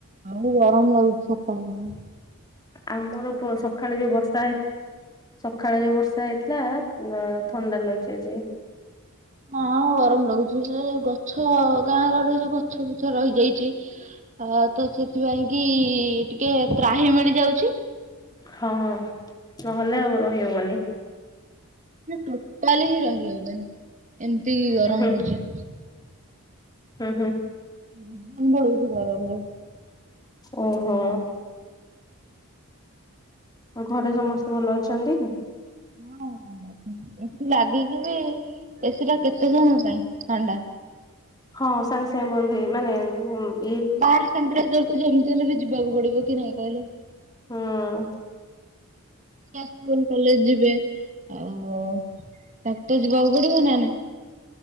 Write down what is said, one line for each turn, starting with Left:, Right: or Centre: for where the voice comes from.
Right: ଆଉ ଗରମ ଲାଗୁଚି ଛାତ <unintelligible>
Left: ଆମର ପ ସକାଳେ ଯୋଉ ବର୍ଷା ସକାଳେ ଯୋଉ ବର୍ଷା ହେଇଥିଲା ଥଣ୍ଡା ଲାଗୁଛି ଆଜି।
Right: ହଁ ଗରମ ଲାଗୁଚି ଏ ଗଛ ଗାଁ ଗଳିରେ ଯୋଉ ଗଛ ବୃଛ ରହିଯାଇଚି ହ ତ ସେଥିପାଇଁ କି ଟିକେ ତ୍ରାହି ମିଳିଯାଉଚି।
Left: ହଁ ନହେଲେ ଆଉ ରହିହବନି।
Right: ଟୋଟାଲି ହିଁ ରହିହବନି ଏମିତି ଗରମ
Left: ହୁଁ ହୁଁ
Right: ହଉଚି।
Left: ହୁଁ ହୁଁ।
Right: ଜୀବନ ପଳଉଚି ଗରମରେ।
Left: ଉଁ ହୁଁ। ଆଉ ଘରେ ସମସ୍ତେ ଭଲ ଅଛନ୍ତି?
Right: ହଁ ଏସି ଲାଗିକି ବି ଏସି ଟା କେତେ ସମୟ ପାଇଁ ଥଣ୍ଡା।
Left: ହଁ ସାଙ୍ଗେ ସାଙ୍ଗେ ବନ୍ଧ ହେଇଗଲା ଉଁ <unintelligible>
Right: ବାହାର ସେମିତିରେ କୁ ଯେମିତି ହେଲେ ବି ଯିବାକୁ ପଡ଼ିବ କି ନାଇଁ କହିଲେ?
Left: ହୁଁ।
Right: <unintelligible> ସ୍କୁଲ୍ କଲେଜେ ଯିବେ ଆଉ ତାକୁ ତ ଯିବାକୁ ପଡ଼ିବ ନା।